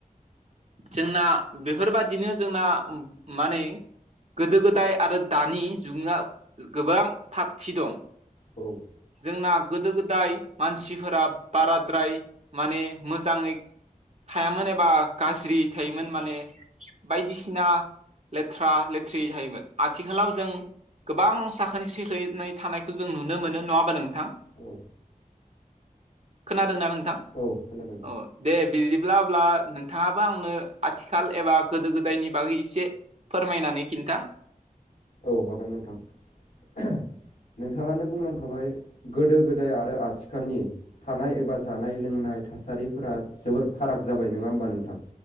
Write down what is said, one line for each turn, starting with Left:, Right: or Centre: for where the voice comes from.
Right: जोंना बेफोरबादिनो जोंना माने गोदो गोदाय आरो दानि जुगा गोबां थागथि दं।
Left: औ
Right: जोंना गोदो गोदाय मानसिफोरा बाराद्राय माने मोजाङै थायामोन एबा गाज्रि थायोमोन माने बायदिसिना लेथ्रा लेथ्रि थायोमोन आथिखालाव जों गोबां साखोन सिखोनै थानायखौ जों नुनो मोनो नङा होमबा नोंथां?
Left: औ
Right: खोनादोंना नोंथां
Left: औ खोनादों
Right: औ दे बि अब्ला अब्ला नोंथाङाबो आंनो आथिखाल एबा गोदो गोदायनि बागै एसे फोरमायनानै खिन्था
Left: औ हागोन नोंथां नोंथाङानो बुंलांखाबाय गोदो गोदाय आरो आथिखालनि थानाय एबा जानाय लोंनाय थासारिफोरा जोबोर फाराग जाबाय नङा होमबा नोंथां।